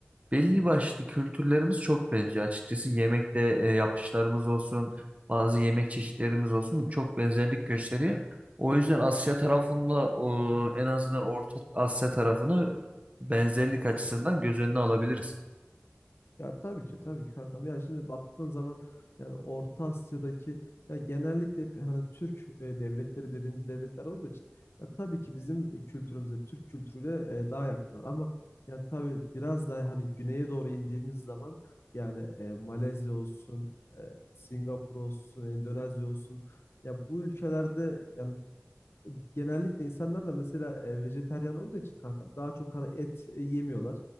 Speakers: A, on the right; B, on the left.
A: Belli başlı kültürlerimiz çok benziyor. Açıkçası yemekte e, yapışlarımız olsun, bazı yemek çeşitlerimiz olsun çok benzerlik gösteriyor. O yüzden Asya tarafında o, en azından Orta Asya tarafını benzerlik açısından göz önüne alabiliriz.
B: Ya tabii ki tabii ki kankam. Yani şimdi baktığın zaman yani Orta Asya'daki ya genellikle hep hani Türk e, devletleri dediğimiz devletler olduğu için ya tabii ki bizim kültürümüze Türk kültürüyle e, daha yakınlar ama yani tabii biraz daha hani güneye doğru indiğimiz zaman yani e, Malezya olsun, e, Singapur olsun, Endonezya olsun ya bu ülkelerde yani genellikle insanlar da mesela e, vejetaryen olduğu için kankam daha çok hani et e, yemiyorlar.